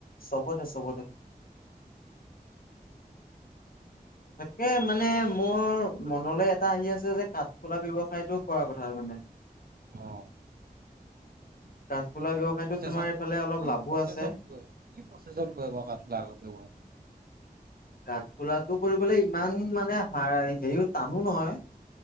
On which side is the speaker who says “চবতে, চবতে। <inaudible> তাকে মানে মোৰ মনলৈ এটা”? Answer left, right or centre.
Left